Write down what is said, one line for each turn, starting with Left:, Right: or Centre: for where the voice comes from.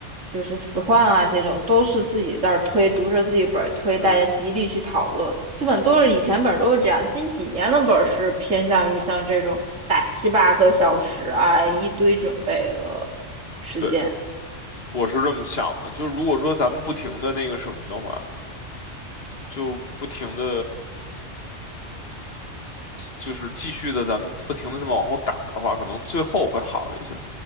Right: 就是死换啊这种，都是自己在那儿推，读着自己本儿推，
Left: 嗯，
Right: 大家极力去讨论。基本都是以前本儿都是这样，近几年的本儿是偏向于像这种打七八个小时啊，一堆准备的时间。
Left: 对。我是这么想的，就如果说咱们不停的那个什么的话，就不停的，就是继续的，咱们不停的再往后打的话，可能最后会好一些。